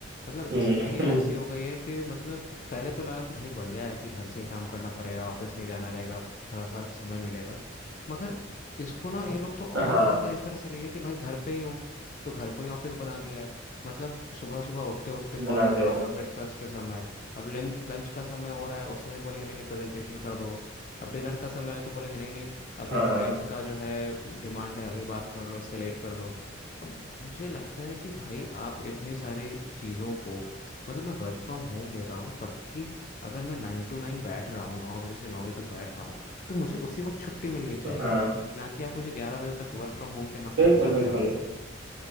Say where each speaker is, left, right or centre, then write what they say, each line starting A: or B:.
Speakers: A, on the left; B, on the right.
A: मतलब
B: हम्म
A: जिंदगी ऐसी हो गई है कि मतलब पहले तो लगा कि भाई बढ़िया है कि घर से ही काम करना पड़ेगा ऑफिस नहीं जाना रहेगा थोड़ा सा समय मिलेगा मगर इसको ना
B: <laughs>
A: ये लोग तो और
B: हाँ
A: ज्यादा इस तरह से ले ले कि भाई घर पे ही हो तो घर को ही ऑफिस बना दिया है मतलब सुबह सुबह उठते उठते कॉल
B: बनाते
A: आ जाएगा
B: हो
A: ब्रेकफास्ट के समय अब लंच लंच का समय हो रहा है उस समय बोलेंगे नहीं नहीं प्रेजेंटेशन कर दो अब डिनर का समय है तो बोलेंगे नहीं नहीं अभी
B: हाँ
A: क्लाइंट का जो है डिमांड है अभी बात कर लो इसके लेट कर दो अब मुझे लगता है कि भाई आप इतनी सारी चीज़ों को मतलब मैं वर्क फ्रॉम होम ले रहा हूँ तब भी अगर मैं नाइन टू नाइन बैठ रहा हूँ नौ बजे से नौ बजे तक बैठ रहा हूँ तो मुझे उसी वक्त छुट्टी मिलनी चाहिए
B: हाँ
A: ना कि आप मुझे ग्यारह बजे तक वर्क फ्रॉम होम के नाम पे
B: बिल्कुल
A: खटाते
B: बिल्कुल
A: रहो